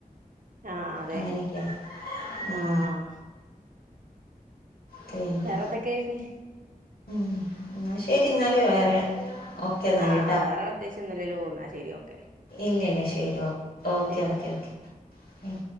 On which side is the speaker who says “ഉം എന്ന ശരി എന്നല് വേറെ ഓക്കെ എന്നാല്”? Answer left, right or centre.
Left